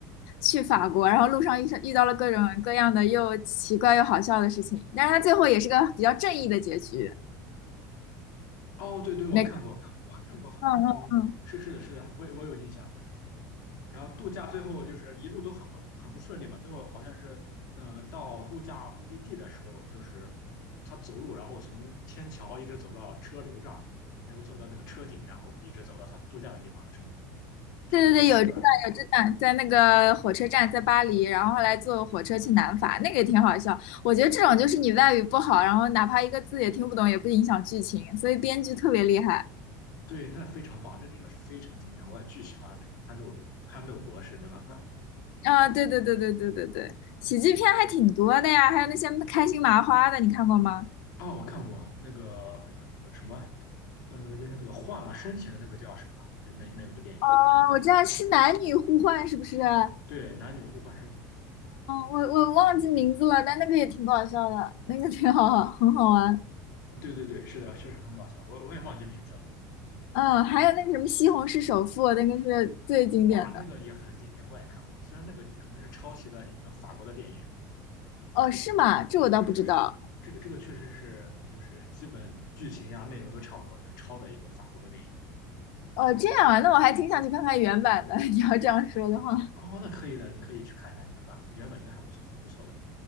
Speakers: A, on the left (about 65°); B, on the left (about 85°).
A: 去法国，然后路上遇上遇到了各种各样的又奇怪又好笑的事情，但是他最后也是个比较正义的结局。
B: 哦，对对，我看过，
A: 没，
B: 我看过，我还看过，
A: 嗯嗯嗯，
B: 嗯，是是的，是的，我我有印象。然后度假最后就是一路都很不很不顺利嘛，最后好像是，呃，到度假目的地的时候，就是他走路，然后从天桥一直走到车流上，然后走到那个车顶，然后一直走到他度假的地方了，是吗？是不是有这个片段？
A: 对对对，有这段有这段，在那个火车站，在巴黎，然后后来坐火车去南法，那个也挺好笑。我觉得这种就是你外语不好，然后哪怕一个字也听不懂，也不影响剧情，所以编剧特别厉害。
B: 对，那非常棒，那真的是非常经典，我也巨喜欢那个憨豆憨豆博士，对吧？那
A: 啊，对对对对对对对，喜剧片还挺多的呀，还有那些开心麻花的，你看过吗？
B: 啊，我看过那个那个那个什么，呃，就是那个换了身体的那个叫什么？那那部电影，
A: 哦，我知道是男女互换，是不是？哦，
B: 对，男女互换身体那一
A: 我我忘记名字了，但那个也挺搞笑的，那个挺好，很好玩。
B: 部，对对对，是的，确实很搞笑，我我也忘记名字了，
A: 嗯，还有那个什么《西红柿首富》，那个是最经典的。
B: 哇，那个也很经典，我也看过，虽然那个可能是抄袭的一个法国的电影，
A: 哦，是吗？这我倒不知道。
B: 是的，是的，这个这个确实是就是基本剧情呀、内容都差不多，就是抄的一个法国的电影。
A: 哦，这样啊，那我还挺想去看看原版的。<laughs> 你要这样说的话，
B: 哦，那可以的，你可以去看一下原版，原版应该还不错，很不错的。